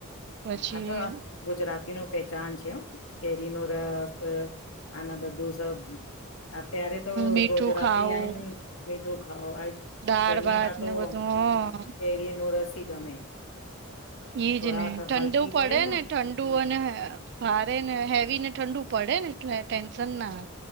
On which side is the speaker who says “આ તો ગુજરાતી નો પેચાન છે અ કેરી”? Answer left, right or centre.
Left